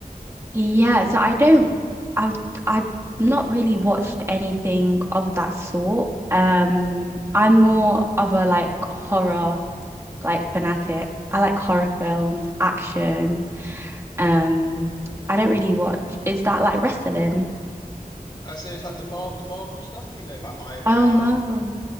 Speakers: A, on the right; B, on the left.
A: yeah, so I don't, I've, I've not really watched anything of that sort. Um, I'm more of a like horror, like fanatic. I like horror films, action. Um, I don't really watch. Is that like wrestling?
B: Uh, so it's like the Mar the Marvel stuff, you know, like Iron
A: Oh,
B: Man
A: Marvel.
B: and